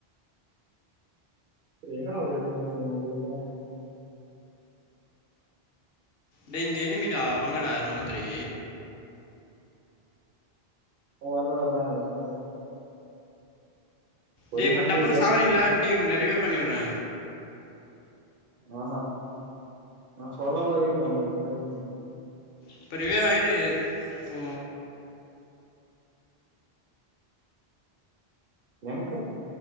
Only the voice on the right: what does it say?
எங்கனா ஓடி போவுனு சொல்லுங்க ஓடிக்கட்டு
நா வர்ல ஒக்காந்து விட்ராதே ஒதுங்கின
பீ
ஆஹ நா சொல்ல போதே பண்ணு இப்பனா <inaudible>
எங்கர்க்